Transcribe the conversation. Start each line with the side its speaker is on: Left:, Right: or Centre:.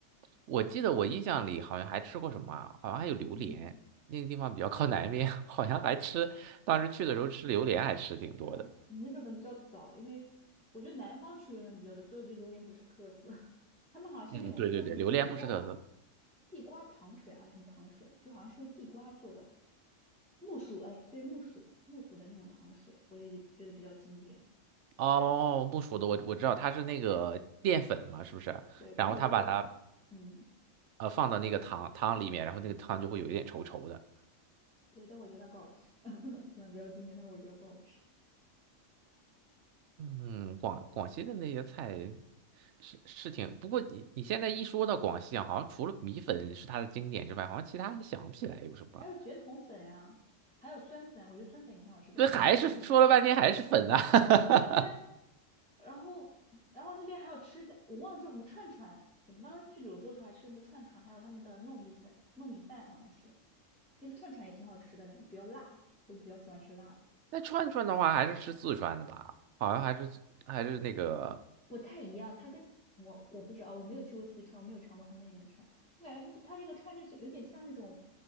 Right: 我记得我印象里好像还吃过什么啊好像还有榴莲。
Centre: 嗯，
Right: 那个地方比较靠南边，<laughs> 好像还吃，当时去的时候吃榴莲还吃挺多的。
Centre: 好吧，你那时候可能比较早，因为我觉得南方吃榴莲的比较多，所以我觉得榴莲不是特色。<laughs> 他们好像像那种叫什么地瓜
Right: 嗯，对对对，榴莲不是特色。
Centre: 地瓜糖水还是什么糖水，就好像是用地瓜做的，木薯，哎，对，木薯，木薯的那种糖水，我就觉得比较经典。
Right: 哦，木薯的我我知道，它是那个淀粉嘛，是不是？
Centre: 对，但我觉得，
Right: 然后他把它
Centre: 嗯，
Right: 呃放到那个汤汤里面，
Centre: 它，
Right: 然后那个汤就会有一点稠稠的。
Centre: 对，但我觉得它不好吃，<laughs> 可能比较经典，但是我觉得不好吃。
Right: 嗯，广广西的那些菜是是挺，不过你你现在一说到广西啊，好像除了米粉是它的经典之外，好像其他也想不起来有什么。
Centre: 还有卷筒粉呀，还有酸粉，我觉得酸粉也挺好吃，叫什么零食？
Right: 对，还是说了半天还是粉啊。<laughs>
Centre: 对啊，然后，然后那边还有吃的，我忘了叫什么串串。我们当时去柳州的时候还吃那个串串，还有他们的糯米粉、糯米饭，好像是那个串串也挺好吃的，但比较辣，我比较喜欢吃辣的。
Right: 那串串的话，还是吃四川的吧？好像还是还是那个
Centre: 不太一样，它跟我我不知道，我没有去过四川，我没有尝过他们那边的串，我感觉它它这个串就是有点像那种，